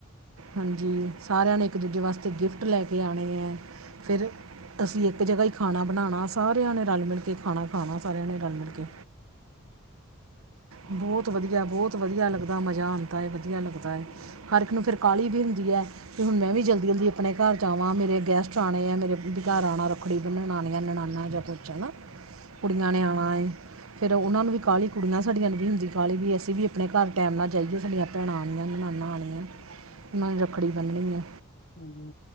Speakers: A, on the right; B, on the left.
A: ਹਾਂਜੀ ਸਾਰਿਆਂ ਨੇ ਇੱਕ ਦੂਜੇ ਵਾਸਤੇ ਗਿਫਟ ਲੈ ਕੇ ਆਉਣੇ ਹੈ
B: ਹਾਂਜੀ
A: ਫਿਰ ਅਸੀਂ ਇੱਕ ਜਗ੍ਹਾ ਹੀ ਖਾਣਾ ਬਣਾਣਾ ਸਾਰਿਆਂ ਨੇ ਰਲ ਮਿਲ ਕੇ ਖਾਣਾ ਖਾਣਾ ਸਾਰਿਆਂ ਨੇ ਰਲ ਮਿਲ
B: ਹਾਂਜੀ
A: ਕੇ
B: ਹਾਂਜੀ
A: ਬਹੁਤ ਵਧੀਆ ਬਹੁਤ ਵਧੀਆ ਲੱਗਦਾ ਮਜ਼ਾ ਆਉਂਦਾ ਹੈਏ ਵਧੀਆ ਲੱਗਦਾ
B: ਹਾਂਜੀ ਹਾਂਜੀ
A: ਹਰ ਇੱਕ ਨੂੰ ਫੇਿਰ ਕਾਹਲੀ ਵੀ ਹੁੰਦੀ ਹੈ ਤੇ ਹੁਣ ਮੈਂ ਵੀ
B: ਜਾਂ
A: ਜਲਦੀ ਜਲਦੀ ਆਪਣੇ ਘਰ ਜਾਵਾਂ ਮੇਰੇ ਗੈਸਟ ਆਣੇ ਆ ਮੇਰੇ ਦੇ ਘਰ
B: ਗੈਸਟ
A: ਆਉਣਾ
B: ਆ ਗਏ।
A: ਰੱਖੜੀ ਵੀ ਨਨਾਨੀਆਂ ਨਨਾਨਾ
B: ਹਾਂਜੀ
A: ਜਾਂ ਕੁਛ
B: ਹਾਂਜੀ
A: ਹੈ ਨਾ ਕੁੜੀਆਂ ਨੇ
B: ਹਾਂਜੀ
A: ਆਉਣਾ ਏ
B: ਹਾਂਜੀ
A: ਫੇਿਰ ਉਹਨਾਂ
B: ਨਿਆਣਾ
A: ਨੂੰ ਵੀ ਕਾਹਲੀ ਕੁੜੀਆਂ ਸਾਡੀਆਂ ਨੂੰ ਵੀ ਹੁੰਦੀ ਕਾਹਲੀ ਵੀ ਅਸੀਂ ਵੀ ਆਪਣੇਰ ਟਾਈਮ ਨਾਲ ਜਾਈਏ ਸਾਡੀਆਂ ਭੈਣਾਂ ਆਉਂੀਆਂ ਨ
B: ਹਾਂਜੀ ਆਪਣੇ- ਹਾਂਜੀ ਨਿਆਣਾ
A: ਉਹ ਨੂੰ ਰੱਖੜੀ
B: ਨਿਆਣਾ
A: ਬੰਨਣੀ ਆ
B: ਹਾਂਜੀ